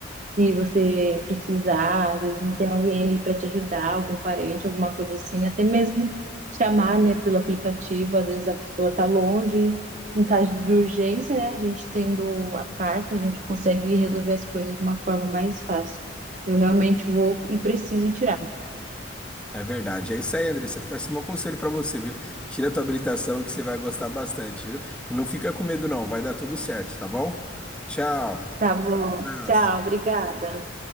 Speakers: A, on the right (about 40°); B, in the centre.
A: se você precisar, às vezes não tem alguém ali para te ajudar, algum parente, alguma coisa assim, até mesmo chamar, né, pelo aplicativo, às vezes a pessoa está longe, em caso de urgência, né, a gente tendo a carta, a gente consegue resolver as coisas de uma forma mais fácil. Eu realmente vou e preciso tirar.
B: É verdade. É isso aí, Andressa. Fica assim, meu conselho pra você, viu? Tira a tua habilitação que você vai gostar bastante, viu? E não fica com medo, não. Vai dar tudo certo, tá bom? Tchau.
A: Tá bom,
B: Abraço.
A: tchau, obrigada.